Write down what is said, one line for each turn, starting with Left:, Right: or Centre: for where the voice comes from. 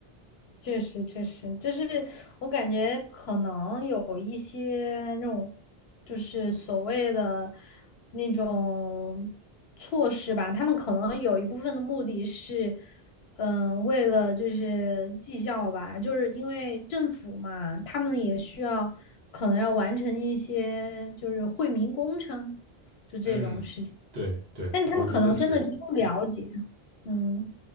Left: 确实，确实，就是我感觉可能有一些那种，就是所谓的那种措施吧，他们可能有一部分的目的是，嗯、为了就是绩效吧，就是因为政府嘛，他们也需要可能要完成一些就是惠民工程，就这种事情，
Right: 嗯，对对，
Left: 但他们可能真的就不了解，
Right: 我觉得是，
Left: 嗯